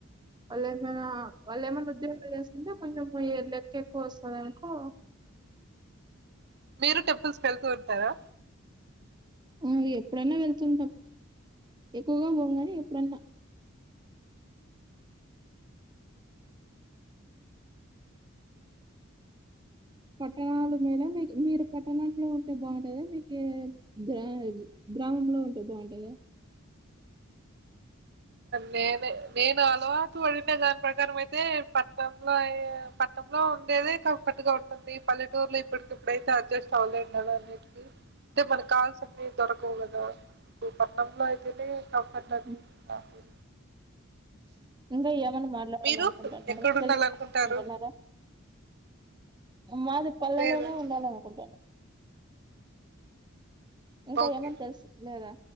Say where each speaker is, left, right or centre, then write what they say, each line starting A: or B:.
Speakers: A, on the right; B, on the right.
A: వాళ్ళు ఏమైనా వాళ్ళు ఏమైనా ఉద్యోగాలు చేస్తుంటే కొంచెం ఏ లెక్క ఎక్కువ వస్తది అనుకో
B: మీరు టెం చూసుకెళ్తూ ఉంటారా
A: హ్మ్ ఎప్పుడన్నా వెళ్తుంటాం ఎక్కువగా పోము కాని ఎప్పుడన్నా పట్టణాలో మేళా మీకు మీరు పట్టణంలో ఉంటే బాగుంటది మీకు గ్రా గ్రామంలో ఉంటే బాగుంటద
B: నేనే నేను అలవాటు పడిన దాని ప్రకారం అయితే పట్నంలో పట్నంలో ఉండేదే కంఫర్ట్ గా ఉంటుంది పల్లెటూర్లో ఇప్పటికిప్పుడైతే అడ్జస్ట్ అవ్వలేం కదా అన్నిటిక అయితే మన కాల్స్ అన్ని దొరక అంతే కదా <unintelligible> నమ్ అయికెతే కంఫర్ట్
A: హుహు.
B: అని ఆ ఫ
A: ఇంగ ఎమ్ మళ్ళీ మాట్లాడాల
B: మీరు
A: అనుకుంటున్నారా
B: ఎక్కడుండాలనుకుంటారు
A: తెలుసుకోవాల అనుకుంటున్నారా మాది పళ్లలోనే
B: లేదండి
A: ఉండాల అనుకుంటాను ఇంకా
B: ఓకే
A: ఏమన్నా తెలుసులేదా